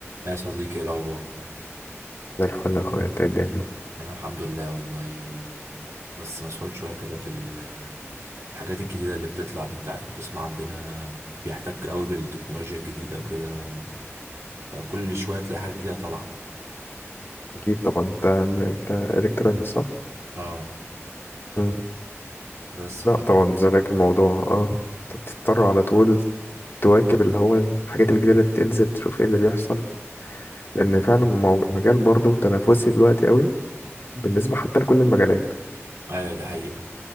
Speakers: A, on the right; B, on the left.
A: يا صديقي إيه الأخبار
B: زي الفل يا اخويا انت إيه الدنيا
A: أنا الحمد لله والله بس مسحول شوية كده في ال- الحاجات الجديدة اللي بتطلع دي أنت عارف القسم عندنا بيحتك قوي بالتكنولوجيا الجديدة وكده فكل شوية تلاقي حاجة جديدة طالعة
B: اكيد طبعا انت انت الكترونيك صح
A: اه
B: مم.
A: بس ف
B: لا طبعا زيك الموضوع اه انت بتضطر على طول تواكب اللي هو الحاجات الجديده اللي بتنزل تشوف ايه اللي بيحصل لان فعلا مو- المجال برضه تنافسي دلوقتي قوي بالنسبه حتى لكل المجالات
A: أيوة دي حقيقة